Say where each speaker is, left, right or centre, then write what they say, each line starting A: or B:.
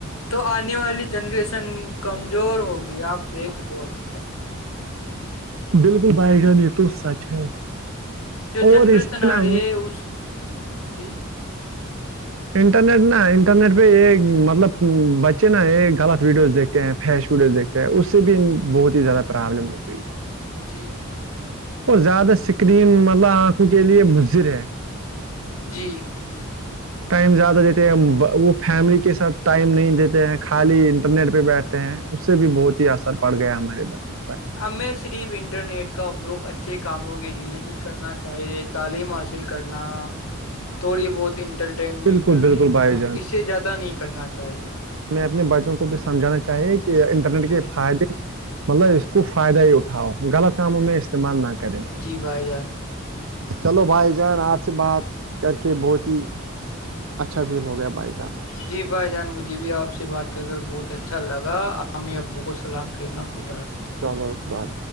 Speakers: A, on the left; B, on the right.
A: تو آنے والی جنریشن کمزور ہوگی آپ دیکھ لو اب
B: بالکل بھائی جان یہ تو سچ ہے
A: جو
B: اور
A: جنریشن
B: اس میں
A: آ
B: ن
A: رہی ہے اس جی
B: انٹرنیٹ نا انٹرنیٹ پہ ایک مطلب بچے نا ایک غلط ویڈیوز دیکھتے دیک فیش ووڈز دیکھتے ہیں اس سے بھی بہت ہی زیادہ پرابلم ہو گئی ہے
A: جی
B: اور زیادہ سکرین مطلب آنکھوں کے لیے مضر ہے
A: جی
B: ٹائم زیادہ دیتے ہیں وہ فیملی کے ساتھ ٹائم نہیں دیتے ہیں خالی انٹرنیٹ پہ بیٹھتے ہیں اس سے بھی بہت ہی اثر پڑ گیا ہمارے بچوں پر
A: ہمیں صرف انٹرنیٹ کا اپیوگ اچھے کاموں کے لیے ہی کرنا چاہیے تعلیم حاصل کرنا تھوڑی بہت ان انٹرٹینمنٹ
B: بالکل
A: کر
B: بالکل
A: لینا
B: بھائی
A: اس سے زیادہ نہیں کرنا چاہیے
B: میں اپنے بچوں کو بھی سمجھانا چاہیے کہ انٹرنیٹ
A: جی
B: کے فائدے مطلب اس کو فائدہ ہی اٹھاؤ غلط کاموں میں استعمال نہ کرے
A: جی بھائی جان
B: چلو بھائی جان آپ سے بات کر کے بہت ہی اچھا فیل ہو گیا بائی جان
A: جی بھائی جان مجھے بھی آپ سے بات کر کر بہت اچھا لگا عامی ابو کو سلام کہنا خدافظ
B: ب خد آا